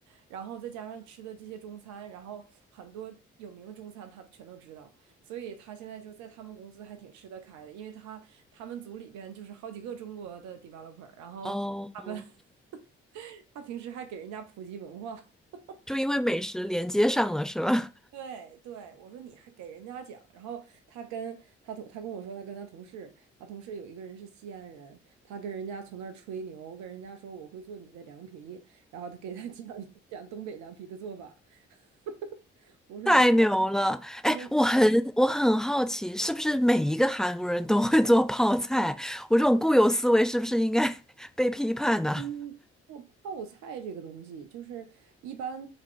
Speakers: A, on the right; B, in the centre.
A: 然后再加上吃的这些中餐，然后很多有名的中餐他全都知道。所以他现在就在他们公司还挺吃得开的，因为他他们组里边就是好几个中国的 developer，然后他们
B: 哦，
A: <laughs> 他平时还给人家普及文化。<laughs>
B: 就因为美食连接上了是吧？
A: 对对，我说你还给人家讲，然后他跟他同他跟我说，他跟他同事，他同事有一个人是西安人，他跟人家从那儿吹牛，跟人家说我会做你的凉皮，然后他给他讲 <laughs> 讲东北凉皮的做法。<laughs> 我说你，
B: 太牛了！
A: 我说。
B: 哎，我很我很好奇，是不是每一个韩国人都会做泡菜？我这种固有思维是不是应该 <laughs> 被批判呢、
A: 嗯，就泡菜这个东西，就是一般